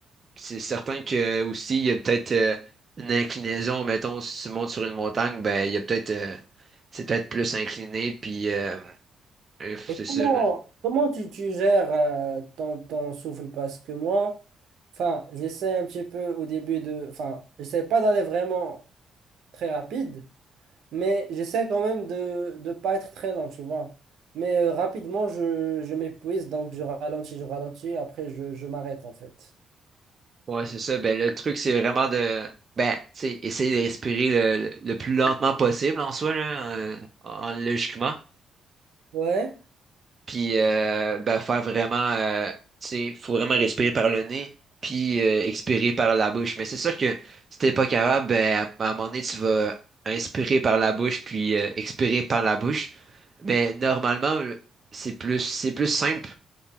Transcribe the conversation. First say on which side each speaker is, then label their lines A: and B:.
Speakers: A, on the right (about 35°); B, on the right (about 75°).
A: C'est certain que aussi, il y a peut-être euh, une inclinaison, mettons, si tu montes sur une montagne, ben il y a peut-être euh, c'est peut-être plus incliné, puis euh, euh,
B: Et
A: c'est
B: comment,
A: ça, là.
B: comment tu, tu gères euh, ton, ton souffle? Parce que moi, enfin, j'essaie un petit peu au début de, enfin, j'essaie pas d'aller vraiment. très rapide, mais j'essaie quand même de ne pas être très lent, tu vois. Mais euh, rapidement, je, je m'épuise, donc je ralentis, je ralentis, après je, je m'arrête en fait.
A: Ouais, c'est ça. Ben le truc, c'est vraiment de ben, tu sais, essayer de respirer le, le plus lentement possible en soi, là, euh, en, logiquement.
B: Ouais,
A: Puis euh, ben, faire vraiment, euh, tu sais, faut vraiment respirer par le nez, puis euh, expirer par la bouche. Mais c'est sûr que si t'es pas capable, ben, à, à un moment donné, tu vas inspirer par la bouche, puis euh, expirer par la bouche. Mais normalement, le- c'est plus, c'est plus simple.